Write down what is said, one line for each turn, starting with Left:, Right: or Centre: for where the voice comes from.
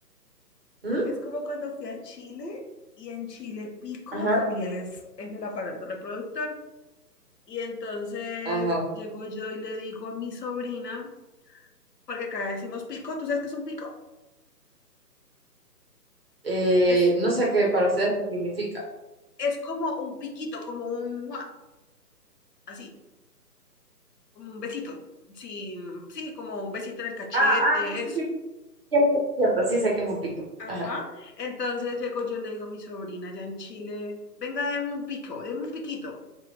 Right: ¿Mm?
Left: es como cuando fui a Chile y en Chile Pico
Right: Ajá.
Left: también es, es del aparato reproductor. Y entonces
Right: Ajá.
Left: llego yo y le digo a mi sobrina, porque acá decimos pico, ¿tú sabes qué es un pico?
Right: Eh,
Left: Es,
Right: no sé qué para ustedes qué significa.
Left: es como un piquito, como un, ¡mua! así, como un besito. Sí, sí, como un besito en el cachete,
Right: Ah, ah, sí, sí,
Left: eso.
Right: sí, ya cierto, sí sé que es un pico.
Left: Ajá.
Right: Ajá.
Left: Entonces llego yo, le digo a mi sobrina allá en Chile, venga, deme un pico, deme un piquito.